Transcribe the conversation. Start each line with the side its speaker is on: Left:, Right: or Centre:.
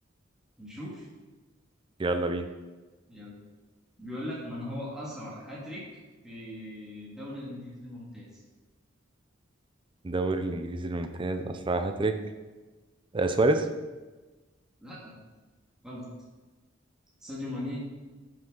Centre: نشوف
Right: يلا بينا
Centre: يلا بيقول لك من هو اسرع هاتريك في الدوري الانجليزي الممتاز
Right: الدوري الإنجليزي الممتاز أسرع هاتريك آه، سواريز
Centre: لا غلط ساديو ماني